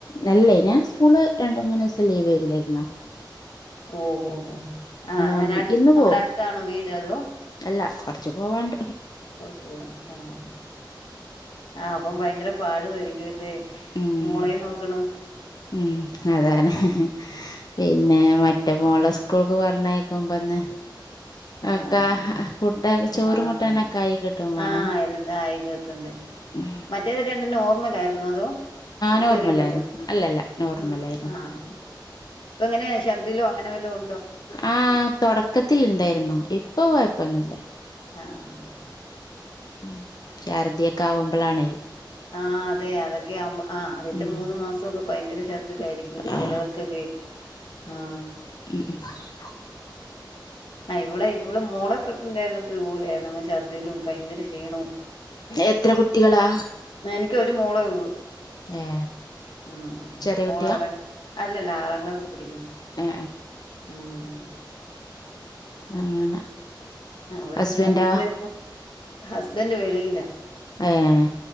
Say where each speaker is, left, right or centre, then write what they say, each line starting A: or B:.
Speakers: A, on the left; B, on the left.
A: അല്ലേയ് ഞാൻ സ്കൂള് രണ്ട് മൂന്ന്സം ലീവ് ല്ലായിരുന്നോ?
B: ഓഹോ ആഹ് അങ്ങനെ
A: വന്ന് ഇന്ന്
B: നമ്മുടെ
A: പോവും
B: അടുത്താണോ വീട് അതോ.
A: അല്ല കൊറച്ച് പോവാണ്ട്.
B: കൊറച്ച് പോണോ ആഹ്. ആഹ് അപ്പം ഭയങ്കര പാടു വായിയിരിക്കുംലെ
A: ഉം
B: മോളേം നോക്കണം.
A: ഉം അതന്നെ.
B: ഉം
A: പിന്നെ മറ്റേ മോളെ സ്കൂക്ക് പറഞ്ഞയക്കുമ്പന്നെ.
B: ആഹ്
A: അക്കാ
B: ആഹ്
A: ഫുഡ് ചോറും
B: ആഹ്
A: കൂട്ടാനൊക്കെ ആയി കിട്ടും വാണം.
B: ആഹ് എല്ലാം ആയി കേട്ടുണ്ട്
A: ഉം.
B: മറ്റേത് രണ്ട് നോർമലായിരുന്നോ അതോ സിസെറിയം
A: നോർമലായിരുന്നു
B: വല്ലതും
A: അല്ലല്ല നോർമലായിരുന്നു
B: ആഹ് ആഹ് ഇപ്പ എങ്ങനെ ശർദിലോ അങ്ങന വല്ല വു
A: ആഹ് തൊടക്കത്തില്ണ്ടേരുന്നു ഇപ്പൊ കൊയപ്പോന്നുല്ല.
B: ആഹ്
A: ഉം ശർദ്യൊക്കെ ആവുമ്പളാണേയ്
B: ആഹ് അതെ അതൊക്കെ ആവുമ്പ ആഹ് അതെ അതൊക്കെ ആവുമ്പോ അദ്യത്തെ
A: ഉം
B: മൂന്ന് മാസമൊക്കെ ഭയങ്കര ശർദിയൊക്കെ ആയിരിക്കുലെ
A: ആ
B: ചെലവർക്കൊക്കെയ്. ആഹ്.
A: ഉം.
B: ആഹ് ഇവളെ ഇവളെ മോളെ പ്രെഗ്നന്റായിരുന്നപ്പോ ഇതുപോലെരുന്നു അങ്ങ് ശർദിലും ഭയങ്കര ക്ഷീണോം.
A: എത്ര കുട്ടികളാ
B: എനക് ഒരു മോളേ ഒള്ളു.
A: ഏ
B: ഉം ഉം
A: ചെറിയ
B: മോളവടെ
A: കുട്ടിയാ
B: അല്ലല്ല ആറാം ക്ലാസ്സിൽ പഠിക്കുന്നു
A: ഏ
B: ഉം ഉം.
A: അങ്ങനെ.
B: അവടെ
A: ഹസ്ബൻഡോ
B: മൂന്ന് പേരും ഹസ്ബന്റ് വെളിയില.
A: അയേ